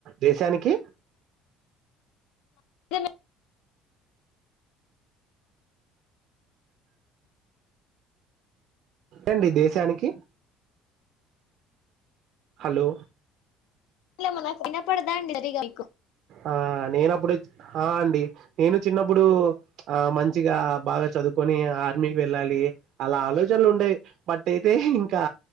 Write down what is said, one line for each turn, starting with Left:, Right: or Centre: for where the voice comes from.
Right: దేశానికి
Left: దిన్
Right: ఏండి దేశానికి హలో
Left: ఇల్లో ఏమన్న వినపడదా ఏంటండీ సరిగా నీకు
Right: ఆ నేనప్పుడు హా అండి నేను చిన్నప్పుడు ఆ మంచిగా బాగా చదువుకొని ఆర్మీకి వెళ్ళాలి అలా ఆలోచనలు ఉండేవి బట్ అయితే ఇంకా